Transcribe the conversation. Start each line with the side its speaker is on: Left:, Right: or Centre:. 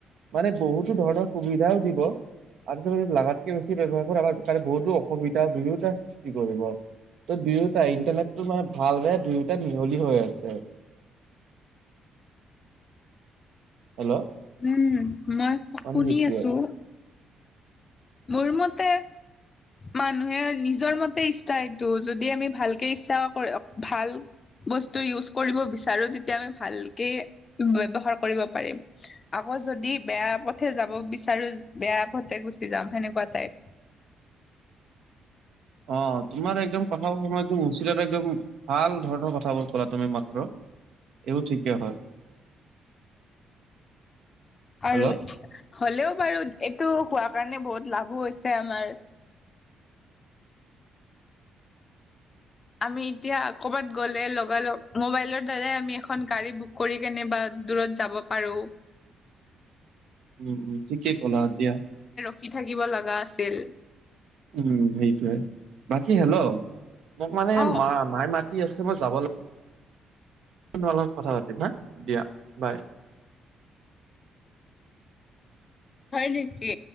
Right: মানে বহুতো ধৰণৰ সুবিধাও দিব, আৰু যদি লাগা বেছি ব্যৱহাৰ কৰ আ কাৰণে বহুতো অসুবিধা দুয়োটাাৰ সৃষ্টি কৰিব। ত' দুয়োটা ইণ্টাৰনেটো মানে ভাল দুয়োটা মিহলি হৈ আছে। হেল্ল'
Left: উম মই
Right: মানে
Left: শুনি
Right: সেইটোৱে।
Left: আছো মোৰ মতে মানুহে নিজৰ মতে ইচ্ছা এইটো যদি আমি ভালকে ইচ্ছা কৰ ভাল বস্তু ইউজ কৰিব বিচাৰো তেতিয়া আমি ভালকে ব্ৱহাৰ কৰিব পাৰিম। আকৌ যদি বেয়া পথে যাব বিচাৰো বেয়া পথে গুচি যাম সেনেকুৱা টাইপ।
Right: অ', তোমাৰ একদম কথাাব সময় একদম উচিতত একদম ভাল ধৰণৰ কথাবোৰ কলা তুমি মাত্ৰ এইও ঠিকেই হয়। <inaudible>
Left: আৰু
Right: হেল্ল'
Left: হ'লেও বাৰু এইটো হোৱা কাৰণে বহুত লাভো হৈছে আমাৰ আমি এতিয়া কবাত গ'লে লগ লগগ মোবাইলৰ দ্বাৰাই আমি এখন গাড়ী বুক কৰি কেনে বাা দূৰত যাব পাৰোঁ।
Right: উম উম ঠিকেই ক'লা দিয়া
Left: কি থাকিব লগা আছিল
Right: উম সেইটয়ে বাকী হেল্ল' মোক মানে
Left: অ'
Right: মা মাইে মাতি আছে মই যাব লাগ তোমাৰাল লগত কথা পাতিম হা দিয়া বাই।
Left: হয় নেকি?